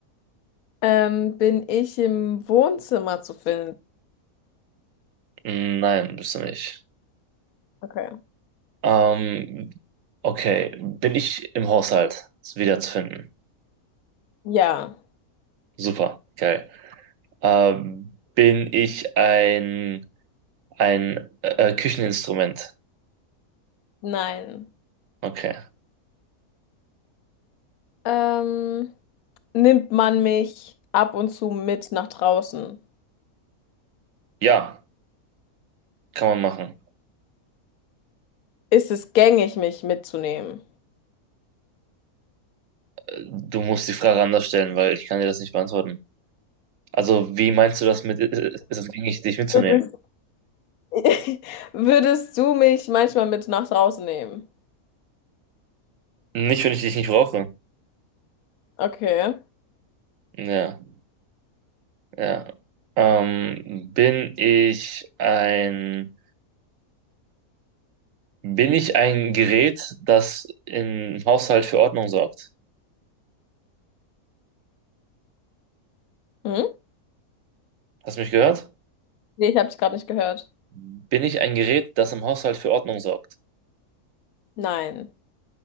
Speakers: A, on the left; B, on the right.
A: Ähm, bin ich im Wohnzimmer zu finden?
B: Nein, bist du nicht.
A: Okay.
B: Ähm, okay, bin ich im Haushalt? Ist wiederzufinden.
A: Ja.
B: Super, geil. Ähm, bin ich ein, ein äh, Kücheninstrument?
A: Nein.
B: Okay.
A: Ähm, nimmt man mich ab und zu mit nach draußen?
B: Ja, kann man machen.
A: Ist es gängig, mich mitzunehmen?
B: Äh, Du musst die Frage anders stellen, weil ich kann dir das nicht beantworten. Also, wie meinst du das mit, äh, ist es gängig, dich mitzunehmen?
A: Würde <laughs> Würdest du mich manchmal mit nach draußen nehmen?
B: Nicht, wenn ich dich nicht brauche.
A: Okay.
B: Ja, ja. Ähm, bin ich ein, bin ich ein Gerät, das im Haushalt für Ordnung sorgt?
A: Hm?
B: Hast du mich gehört?
A: Nee, ich habe dich gerade nicht gehört.
B: Bin ich ein Gerät, das im Haushalt für Ordnung sorgt?
A: Nein.